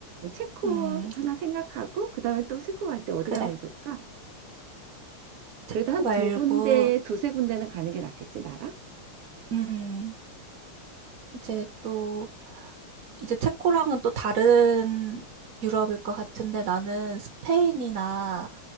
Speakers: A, on the right; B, on the right.
A: 체코
B: 음,
A: 하나 생각하고 그다음에 또 체코 갈 때 어디
B: 그래.
A: 가면 좋을까?
B: 체코
A: 그래도 한
B: 말고,
A: 두 군데, 두세 군데는 가는 게 낫겠지, 나라?
B: 음, 이제 또, 이제 체코랑은 또 다른 유럽일 것 같은데 나는 스페인이나